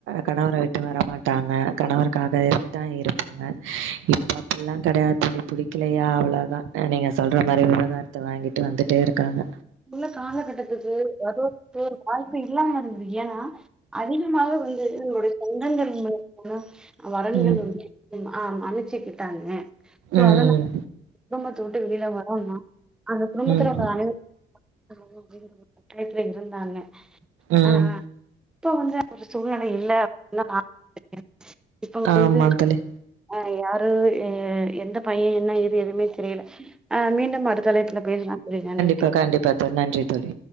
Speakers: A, on the right; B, in the centre.
A: கணவர விட்டு வரமாட்டாங்க கணவருக்காக இதுதான் இருப்பாங்க இப்ப அப்பிடில்லாம் கெடையாது தோழி புடிக்கலையா அவ்வளவுதான் நீங்க சொல்ற மாரி விவகாரத்த வாங்கிட்டு வந்துட்டே இருக்காங்க.
B: உள்ள காலகட்டத்துக்கு வரும் <inaudible> வாய்ப்பு இல்லாம இருந்தா ஏன் அதிகமாவே வந்து து உங்களுடைய தங்கங்கள் <inaudible> ஆஹ் அ வரணிகள்
A: ம்.
B: வந்து என்னா ஆஹ் மனுச்சுக்கிட்டாங்க சோ
A: ம்.
B: அதனால குடும்பத்த விட்டு வெளில வரோனா அந்த குடும்பத்துல
A: ம்.
B: உள்ள அனைவரு நம்மளு வய்ரோட <unintelligible> வய்த்துல இருந்தாங்க
A: ம்.
B: ஆஹ்ஹ இப்ப அவ்ங்க ஒரு சூழ்நிலை இல்ல அப்டின் தா நானு <inaudible> இப்ப அவ்ங்க
A: ஆமா
B: வந்து.
A: தோழி.
B: அஹ் யாரு எ எந்த பைய என்ன ஏது எதுமே தெரியல ஆஹ் மீண்டும் அடுத்தலைப்புல பேசலா தோழி நன்றி
A: பா கண்டிப்பா தோழி நன்றி தோழி